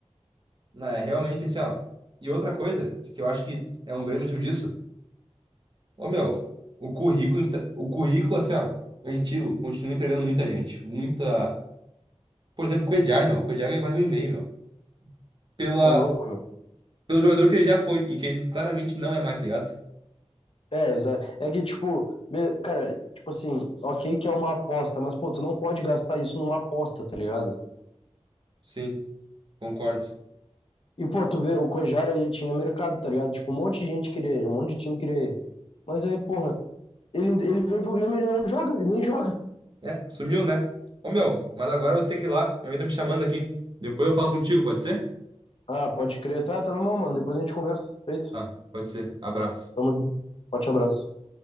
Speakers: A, on the right (about 45°); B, on the left (about 55°).
A: Não, É realmente assim, ó. E outra coisa, que eu acho que é um grande motivo disso, ô meu, o currículo, inte- o currículo, assim, ó, antigo, continua empregando muita gente. Muita. Por exemplo, o Cuéllar, meu. O Cuéllar ganha quase um e meio meu. Pela...
B: Tá louco, meu.
A: Pelo jogador que ele já foi e que ele claramente não é mais, ligado?
B: É, exato. É que, tipo, be- cara, tipo assim, ok que é uma aposta, mas, pô, tu não pode gastar isso numa aposta, tá ligado?
A: Sim, concordo.
B: E, pô, tu vê, o Cuejara, ele tinha mercado, tá ligado? Tipo, um monte de gente queria ele, um monte de time queria ele. Mas aí, porra, ele, ele vem pro Grêmio, e ele não joga, ele nem joga.
A: É, sumiu, né? Ô, meu, mas agora eu vou ter que ir lá. Minha mãe tá me chamando aqui. Depois eu falo contigo, pode ser?
B: Ah, pode crer, tá, tá na mão, mano, depois a gente conversa. Feito.
A: Tá, pode ser. Abraço.
B: Tamo junto. Forte abraço.